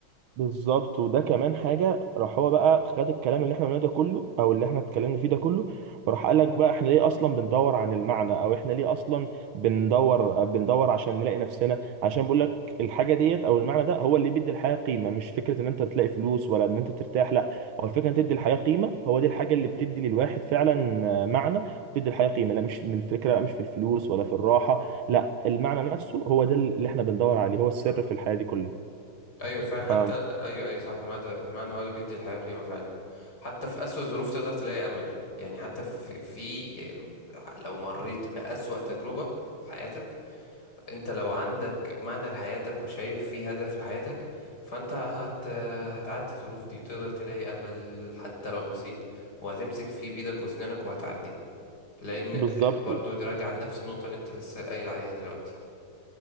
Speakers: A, on the right; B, on the left.
A: بالظبط وده كمان حاجه راح هو بقى خد الكلام اللي احنا قلناه ده كله او اللي احنا اتكلمنا فيه ده كله وراح قال لك بقى احنا ليه اصلا بندور عن المعنى او احنا ليه اصلا بندور بندور عشان نلاقي نفسنا عشان بقول لك الحاجه ديت او المعنى ده هو اللي بيدي الحياه قيمه مش فكره ان انت بتلاقي فلوس ولا ان انت ترتاح لا هو الفكره ان تدي الحياه قيمه هو دي الحاجه اللي بتدي للواحد فعلا آه، معنى بتدي الحياه قيمه لا مش من الفكره مش في الفلوس ولا في الراحه لا المعنى نفسه هو ده اللي احنا بندور عليه هو السر
B: مم.
A: في الحياه دي كلها
B: ايوه فعلا حتى
A: ف
B: ايوه ايوه صح المعنى المعنى هو اللي بيدي الحياه قيمه فعلا حتى في اسوأ ظروف تقدر تلاقي امل يعني حتى في, في لو مريت بأسوأ تجربه في حياتك انت لو عندك معنى لحياتك وشايف في هدف لحياتك فانت هت... هتعدي الظروف دي وتقدر تلاقي امل حتى لو بسيط وهتمسك فيه بايدك واسنانك وهتعدي لان
A: بالظبط
B: برضو ده راجع لنفس النقطة اللي انت لسه قايل عليها دلوقتي